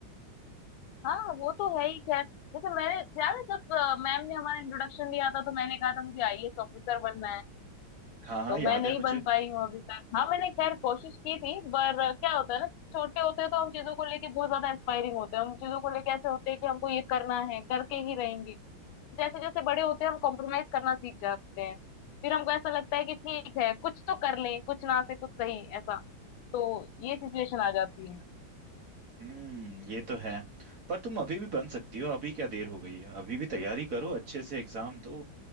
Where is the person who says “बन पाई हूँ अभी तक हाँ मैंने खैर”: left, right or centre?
Left